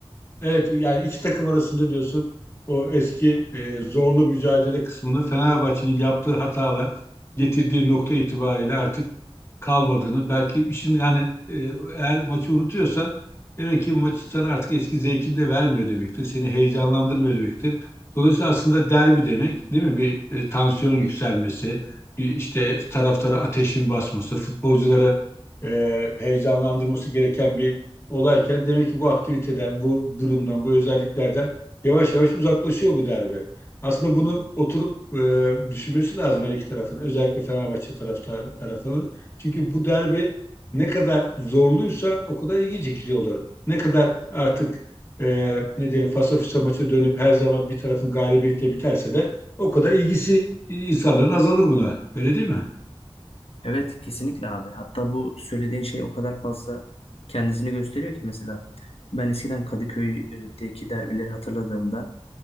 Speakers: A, on the left; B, on the left.
A: Evet yani iki takım arasında diyorsun o eski e, zorlu mücadele kısmını Fenerbahçe'nin yaptığı hatalar getirdiği nokta itibariyle artık kalmadığını belki işin yani e, eğer maçı unutuyorsan demek ki maç sana artık eski zevkini de vermiyor demektir. Seni heyecanlandırmıyor demektir. Dolayısıyla aslında derbi demek değil mi? Bir e, tansiyon yükselmesi, bir işte taraftara ateşin basması, futbolculara e, heyecanlandırması gereken bir olayken demek ki bu aktiviteden, bu durumdan, bu özelliklerden yavaş yavaş uzaklaşıyor bu derbi. Aslında bunu oturup e, düşünmesi lazım her iki tarafın. Özellikle Fenerbahçe tarafta, tarafının. Çünkü bu derbi ne kadar zorluysa o kadar ilgi çekici olur. Ne kadar artık e, ne diyelim fasafiso maçı dönüp her zaman bir tarafın galibiyetle biterse de o kadar ilgisi e, insanların azalır buna. Öyle değil mi?
B: Evet kesinlikle abi. Hatta bu söylediğin şey o kadar fazla kendisini gösteriyor ki mesela ben eskiden Kadıköy'deki derbileri hatırladığımda